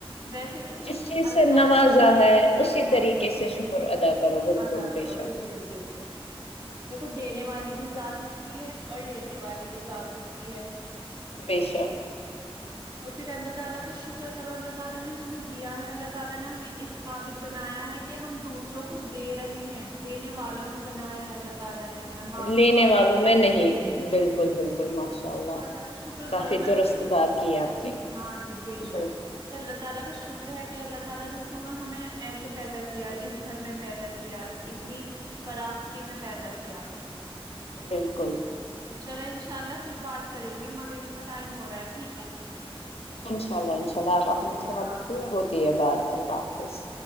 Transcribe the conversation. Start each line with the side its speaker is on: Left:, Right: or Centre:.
Right: ویسے تم
Left: جس چیز
Right: اللہ
Left: سے
Right: تعالی
Left: نوازا
Right: کا شکر
Left: ہے
Right: ادا کرو
Left: اسی
Right: ہاں
Left: طریقے
Right: جی
Left: سے شکر ادا کرو بالکل
Right: ادا کرو
Left: بے شک
Right: بال کل بالکل دیکھو دی نے والی بھی ذات اس کی ہے اور لینے والی بھی ذات اس کی ہے
Left: بیشک
Right: تو پھر اللہ تعالی کا شکر کرو اللہ تعالی نے ہمیں دیا ہے اللہ تعالی نے ہمیں اس قابل بنایا ہے کہ ہم دوسروں کو دے رہے ہیں دینے والوں میں بنایا ہے اللہ تعالی نے ہمیں مانگنے
Left: لینے والوں میں نہیں بالکل بالکل ماشاء اللہ
Right: کا کا شکر
Left: کافی
Right: کرو نا
Left: درست
Right: کہ
Left: بات کی آپ نے
Right: ہاں جی بے شک
Left: بالکل
Right: تو اللہ تعالی کا شکر ہے کہ اللہ تعالی نے تمہیں ہمیں ایسے پیدا کیا اس گھر میں پیدا کیا اتنی فراختی میں پیدا کیا
Left: بالکل
Right: چلے انشاء اللہ پھر بات کریں گے مغرب کا ٹائم ہو رہا ہے ٹھیک ہے
Left: انشاء اللہ انشاء اللہ آپ
Right: ٹھیک
Left: اپنا
Right: ہے
Left: خیال
Right: اللہ حافظ
Left: رکھیے ہوتی ہے بات اللہ حافظ